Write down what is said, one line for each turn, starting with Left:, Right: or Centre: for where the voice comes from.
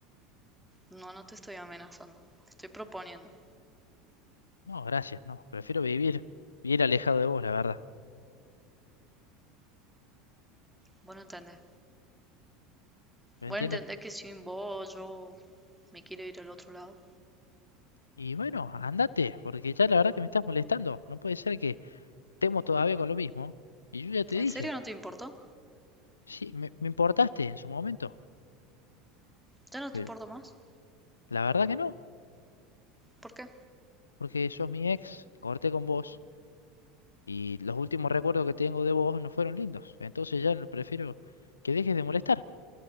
Centre: No, no te estoy amenazando. Te estoy proponiendo.
Left: No, gracias, no. Prefiero vivir bien alejado de vos, la verdad.
Centre: Vos no entendés.
Left: Lo
Centre: Vos
Left: entiendo.
Centre: no entendés que sin vos yo me quiero ir al otro lado.
Left: Y bueno, andate, porque ya la verdad que me estás molestando. No puede ser que estemos todavía con lo mismo. Y yo ya te
Centre: ¿En
Left: dije,
Centre: serio no te importó?
Left: sí, me, me importaste en su momento,
Centre: ¿Ya no
Left: pero
Centre: te importo más?
Left: la verdad que no,
Centre: ¿Por qué?
Left: porque sos mi ex, corté con vos y los últimos recuerdos que tengo de vos no fueron lindos. Entonces ya no- prefiero que dejes de molestar.